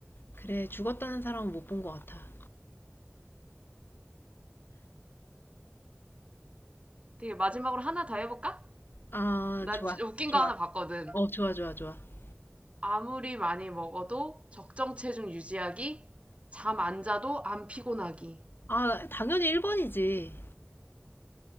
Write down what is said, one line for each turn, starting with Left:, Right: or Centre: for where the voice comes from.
Left: 그래, 죽었다는 사람은 못 본 것 같아.
Right: 되게 마지막으로 하나 더 해볼까?
Left: 아,
Right: 나
Left: 좋아,
Right: 주- 웃긴
Left: 좋아.
Right: 거 하나 봤거든.
Left: 어, 좋아, 좋아, 좋아.
Right: 아무리 많이 먹어도 적정 체중 유지하기, 잠 안 자도 안 피곤하기.
Left: 아, 당연히 1번이지.